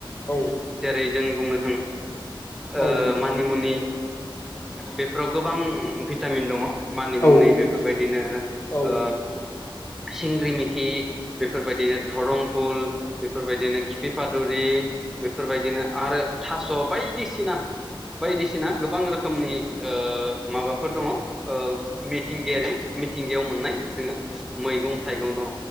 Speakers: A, on the left; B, in the centre.
A: औ
B: जेरै जों बुनो ओ
A: औ
B: मानिमुनि बेफोराव गोबां भिटामिन दङ। मानि
A: औ
B: मुनि बेफोरबायदिनो
A: औ
B: ओ सिंग्रि मिख्रि बेफोरबायदिनो धरं फुल बेफोरबायदिनो खिफिफादुरि बेफोरबायदिनो आरो थास' बायदिसिना बायदिसि ना गोबां रोखोमनि ओ माबाफोर दङ। ओ मिथिंगायारि मिथिंगायाव मोननाय जोङो मैगं थाइगं दङ